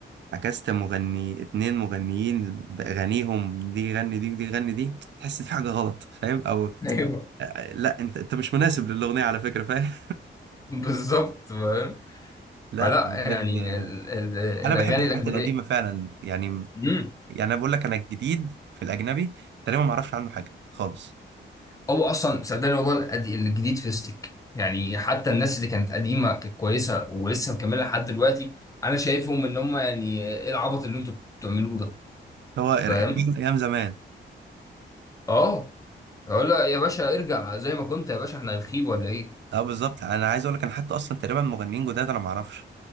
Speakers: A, on the right; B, on the left.
A: عكست مغني اتنين مغنيين بأغانيهم دي غني دي ودي غني دي تحس في حاجة غلط فاهم او آه،
B: <laughs> ايوه
A: آه، لا انت انت مش مناسب للأغنية على فكرة فاهم
B: بالظبط فاهم
A: <laughs> لا
B: فلا
A: بجد
B: يعني
A: آه،
B: ال- ال- الاغاني
A: انا بحب الحاجات
B: الاجنبيه
A: القديمة فعلا يعني
B: امم
A: يعني انا بقول لك انا الجديد في الأجنبي تقريبا ما اعرفش عنه حاجة خالص
B: هو اصلا صدقني والله القد- الجديد فيستك يعني حتى الناس اللي كانت قديمه كانت كويسه ولسه مكمله لحد دلوقتي انا شايفهم ان هم يعني ايه العبط اللي انتوا بتعملوه ده
A: هو
B: فاهم
A: ايام زمان
B: اه اقول له يا باشا ارجع زي ما كنت يا باشا احنا هنخيب ولا ايه
A: اه بالظبط انا عايز اقول لك انا حتى اصلا تقريبا مغنيين جداد انا ما اعرفش